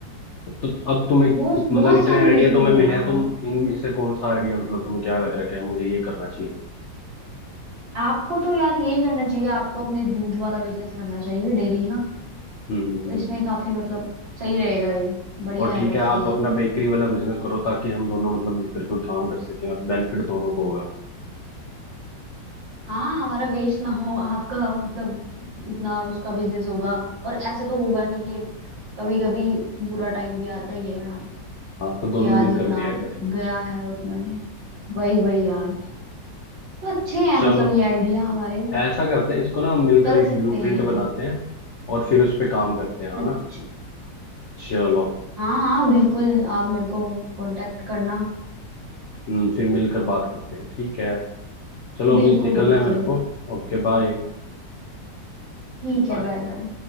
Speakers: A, on the left; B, on the right.
A: तो अब तुम्हें इत-
B: बहुत
A: मतलब
B: बहुत
A: इतने
B: सारे
A: आइडिया
B: बिजनेस
A: तुम्हें
B: है
A: मिले
B: यार
A: हैं तुम इनमें से कौन सा आइडिया मतलब तुम्हें क्या लग रहा है कि हाँ, मुझे ये करना चाहिए
B: आपको तो यार यही करना चाहिए आपको अपने दूध वाला बिजनेस करना चाहिए डेयरी का
A: हम्म हम्म
B: तो
A: हम्म।
B: इसमें काफी मतलब सही रहेगा ये बढ़िया
A: और ठीक
B: है वैसे
A: है आप
B: ये
A: अपना बेकरी वाला बिजनेस करो ताकि हम दोनों मतलब मिलकर कोई काम कर सकें और बेनिफिट दोनों को होगा
B: हाँ हमारा वेस्ट ना हो आपका मतलब इतना उसका बिजनेस होगा और ऐसे तो होगा नहीं ये कभी कभी बुरा टाइम भी आता ही है यार
A: हाँ तो दोनों
B: कि
A: मिलकर
B: आज इतना
A: बेयर करेंगे
B: गया
A: उसको
B: है उतना नहीं वही वही यार तो अच्छे हैं
A: चलो
B: मतलब ये आइडिया हमारे
A: ऐसा करते हैं इसको ना हम मिलकर
B: चल
A: एक
B: सकते
A: ब्लूप्रिंट
B: हैं ये
A: बनाते हैं और फिर उस पे काम करते हैं है
B: अच्छा
A: ना चलो
B: हाँ हाँ बिल्कुल आप मेरे को कांटेक्ट करना
A: हम्म फिर मिलकर बात करते हैं ठीक है चलो
B: बिल्कुल
A: अभी निकलना
B: बिल्कुल
A: है मेरे को Okay bye
B: ठीक
A: bye
B: है बाय बाय